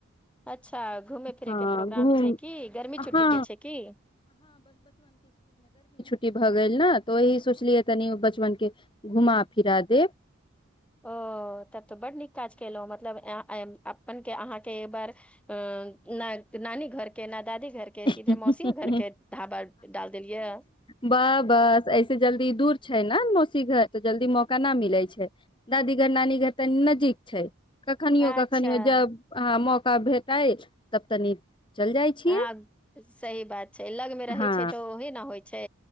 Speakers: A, in the centre; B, on the left.
A: अच्छा घुमय फिरैके
B: हँ
A: प्रोग्राम
B: घूम
A: छै कि गर्मी
B: हँ
A: छुट्टीे छै कि
B: छुट भऽ गेल ने तऽ ओही सोचलियै तनि बचपन के घुमा फिरा देब
A: ओ तब तऽ बड नीक काज केलहुं मतलब अपन के अहाँके एक बार अ नानी घर के न दादी घर
B: देब
A: के सीधे मौसिय घर के ढाबा डाल देलियै
B: वाह बस ऐसे जल्दी दूर छै ने मौसी घर तऽ जल्दी मौका न मिलै छै दादी घर नानी घर तऽ नजीक छै कखनिियो
A: अच्छा
B: कखनो जब अह म ा भेटइ तब तनी चलि जाइ छियै
A: हँ सही बात लग मे रहै
B: हँ
A: छै तऽ ओहे ने होइ छै